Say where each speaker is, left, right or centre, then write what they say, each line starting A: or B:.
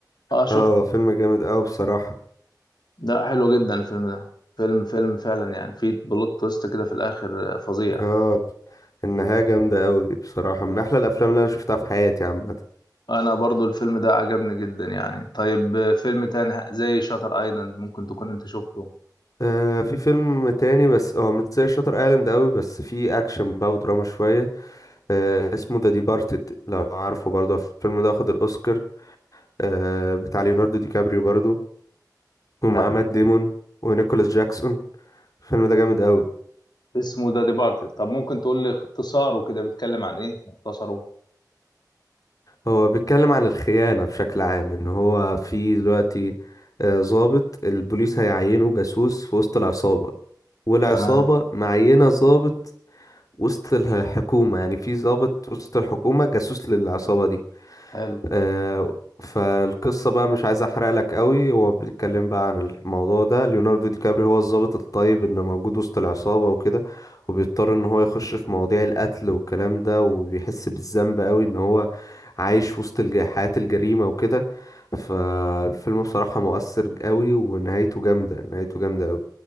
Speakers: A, on the left; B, on the left.
A: اه شفته
B: اه هو فيلم جامد قوي بصراحة
A: ده حلو جدا الفيلم ده فيلم فيلم فعلا يعني فيه بلوت تويست كده في الاخر آه، فظيع
B: اه النهاية جامدة قوي بصراحة من احلى الافلام اللي انا شفتها في حياتي عامة
A: انا برضو الفيلم ده عجبني جدا يعني طيب آه، فيلم تاني ه- زي شاتر ايلاند ممكن تكون انت شفته
B: آه في فيلم تاني بس هو مش زي شاتر ايلاند قوي بس فيه اكشن بقى ودراما شوية آه اسمه ذا ديبارتد لو عارفه برضه الفيلم ده واخد الاوسكار آه بتاع ليوناردو دي كابريو برضه
A: لا
B: ومعاه مات ديمون ونيكولاس جاكسون الفيلم ده جامد قوي
A: اسمه ذا ديبارتد طب ممكن تقول لي اختصاره كده بيتكلم عن ايه مختصره
B: هو بيتكلم عن الخيانة بشكل عام ان هو في دلوقتي آه، ضابط البوليس هيعينه جاسوس في وسط العصابة والعصابة
A: تمام
B: معينة ضابط وسط الحكومة يعني في ضابط وسط الحكومة جاسوس للعصابة دي
A: حلو
B: آه، فالقصة بقى مش عايز احرق لك قوي هو بيتكلم بقى عن الموضوع ده ليوناردو دي كابري هو الضابط الطيب اللي موجود وسط العصابة وكده وبيضطر ان هو يخش في مواضيع القتل والكلام ده وبيحس بالذنب قوي ان هو عايش وسط الج- حياة الجريمة وكده فالفيلم بصراحة مؤثر قوي ونهايته جامدة نهايته جامدة قوي